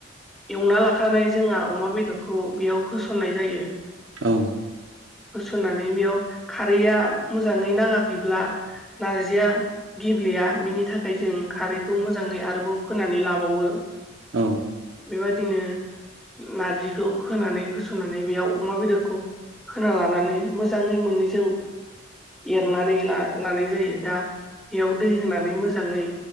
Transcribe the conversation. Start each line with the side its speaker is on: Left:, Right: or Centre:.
Centre: एवना लाखानाय जोंहा अमा बेदर खौ बेयाव होसननाय जायो ।
Right: औ ।
Centre: होसननानै बेयाव खारैया मोजाङै नाङाखैब्ला नारजिया गेब्लेया बिनि थाखाय जों खारैखौ मोजाङै आरोबाव होनानै लाबावो।
Right: औ।
Centre: बेबायदिनो नारजिखौ होनानै होसननानै बेयाव अमा बेदरखौ होना लानानै मोजाङै मोननैजों एरनानै ला लानाय जायो दा बेयाव दै होनानै मोजाङै